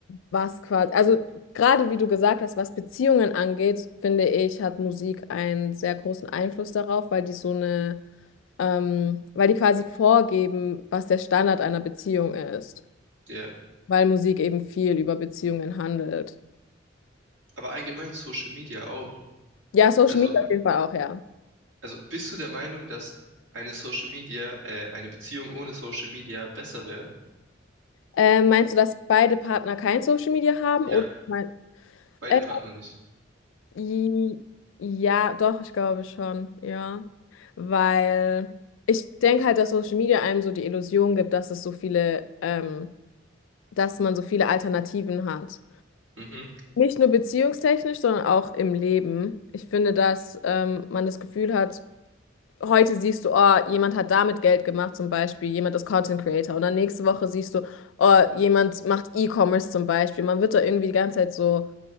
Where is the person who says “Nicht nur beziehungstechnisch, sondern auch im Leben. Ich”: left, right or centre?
Left